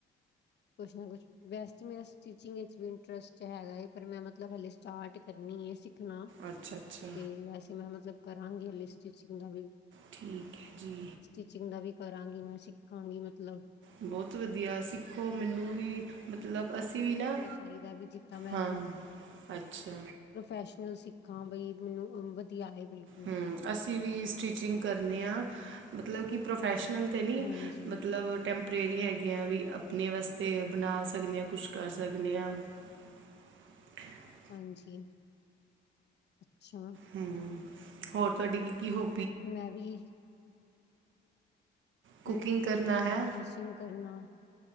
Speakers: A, on the left; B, on the right.
A: ਕੁਝ ਨਾ ਕੁਝ ਵੈਸਟਮੈਸ ਸਟੀਚਿੰਗ ਵਿੱਚ ਵੀ ਇੰਟਰਸਟ ਹੈਗਾ ਏ ਪਰ ਮੈਂ ਮਤਲਬ ਹਾਲੇ ਸਟਾਰਟ ਕਰਨੀ ਹੈ। ਸਿੱਖਣਾ,
B: ਅੱਛਾ ਅੱਛਾ
A: ਤੇ ਵੈਸੇ ਮੈਂ ਮਤਲਬ ਕਰਾਂਗੀ ਹਲੇ ਸਟਿਚਿੰਗ ਦਾ ਵੀ।
B: ਠੀਕ ਹੈ ਜੀ।
A: ਸਟਿਚਿੰਗ ਦਾ ਵੀ ਕਰਾਂਗੀ ਮੈਂ ਸਿੱਖਾਂਗੀ ਮਤਲਬ,
B: ਬਹੁਤ ਵਧੀਆ ਸਿੱਖੋ ਮੈਨੂੰ ਵੀ ਮਤਲਬ
A: ਪ੍ਰੋਫੈਸ਼ਨਲ
B: ਅਸੀਂ ਵੀ
A: ਤਰੀਕੇ
B: ਨਾ,
A: ਦਾ ਚਾਹੀਦਾ ਵੀ ਜਿੱਦਾਂ ਮੈਂ
B: ਹਾਂ ਅੱਛਾ।
A: ਪ੍ਰੋਫੈਸ਼ਨਲ ਸਿੱਖਾਂ ਬਈ ਮੈਨੂੰ ਵਧੀਆ ਹੈ ਬਿਲਕੁ
B: ਹੂੰ, ਅਸੀਂ ਵੀ ਸਟਿਚਿੰਗ ਕਰਨੇ ਹਾਂ, ਮਤਲਬ ਕਿ ਪ੍ਰੋਫੈਸ਼ਨਲ ਤੇ ਨੀ,
A: ਹਾਂਜੀ
B: ਮਤਲਬ ਟੈਂਪਰੇਰੀ ਹੈਗੀਆਂ ਵੀ ਆਪਣੇ ਵਾਸਤੇ ਬਣਾ ਸਕਦੇ ਹਾਂ ਕੁਛ ਕਰ ਸਕਦੇ ਹਾਂ। <inaudible>
A: ਹਾਂਜੀ, ਅੱਛਾ।
B: ਹੂੰ, ਹੋਰ ਤੁਹਾਡੀੇ ਕੀ ਕੀ ਹੋ
A: ਮੈਂ ਵੀ,
B: ਕੁਕਿੰਗ
A: ਇਹ
B: ਕਰਨਾ
A: ਇਹੀ ਹੋ
B: ਹੈ
A: ਗਈ ਟੀਚਿੰਗ ਕਰਨਾ,